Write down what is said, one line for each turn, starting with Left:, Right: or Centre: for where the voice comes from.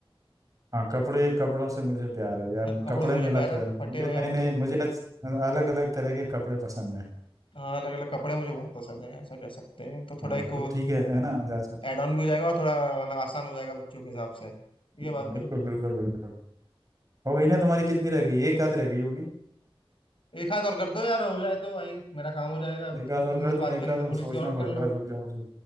Right: हाँ कपड़े कपड़ों से मुझे प्यार है यार
Left: ना, कपड़ों
Right: कपड़े
Left: से मुझे
Right: मेला
Left: प्यार
Right: प्यार
Left: है
Right: है
Left: फटे
Right: मुझे
Left: हुए हैं
Right: नए
Left: वो
Right: नए
Left: तो
Right: मुझे अलग अलग तरह के कपड़े पसंद है
Left: हाँ अलग अलग कपड़े मुझे बहुत पसंद है ऐसा कह सकते हैं तो थोड़ा
Right: हाँ
Left: एक वो
Right: तो ठीक है है ना जा सकते
Left: एड ऑन भी हो जाएगा और थोड़ा मतलब आसान हो जाएगा बच्चों के हिसाब से ये
Right: बिल्कुल
Left: बात भी है।
Right: बिल्कुल बिल्कुल हो गई ना तुम्हारी कितनी रह गई एक आध रह गई होगी
Left: एक हाथ और कर दो यार हो जाए तो भाई मेरा काम हो जाएगा अब
Right: एक आध
Left: इतनी
Right: और कर
Left: देर
Right: दूं
Left: बात
Right: एक
Left: करी
Right: आध
Left: तो
Right: और
Left: थोड़ी
Right: सोचना
Left: सी और
Right: पड़ेगा
Left: कर लो
Right: रुक जाओ जी।